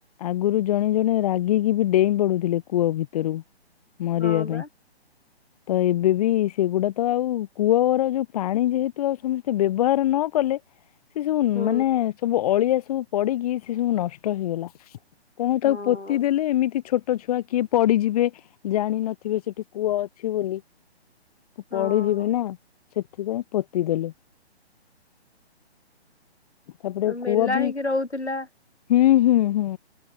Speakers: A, on the left; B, on the left.
A: ଆଗୁରୁ ଜଣେ ଜଣେ ରାଗିକି ବି ଡେଇଁ ପଡୁଥିଲେ କୂଅ ଭିତରୁକ। ମରିବା
B: ହଁ
A: ପାଇଁ
B: ବା
A: ତ ଏବେ ବି ସେଗୁଡ଼ା ତ ଆଉ କୂଅର ଯଉ ପାଣି ଯେହେତୁ ଆଉ ସମସ୍ତେ ବ୍ୟବହାର ନ କଲେ। ସେ ସବୁ
B: ହଁ
A: ମାନେ ସବୁ ଅଳିଆ ସବୁ ପଡ଼ିକି ସେ ସବୁ ନଷ୍ଟ ହେଇଗଲା। କଣ
B: ହଁ।
A: ତାକୁ ପୋତି ଦେଲେ ଏମିତି ଛୋଟ୍। ଟ ଛୁଆ କିଏ ପଡିଯିବେ ଜାଣିନଥିବେ ସେଠି କୂଅ ଅଛି ବୋଲି। ତ
B: ହଁ
A: ପଡିଯିବେ ନା ସେଥିପାଇଁ ପୋତିଦେଲେ ତାପରେ
B: ମେଲା
A: କୂଅ ବି
B: ହେଇକି ରହୁଥିଲା
A: ହୁଁ ହୁଁ ହୁଁ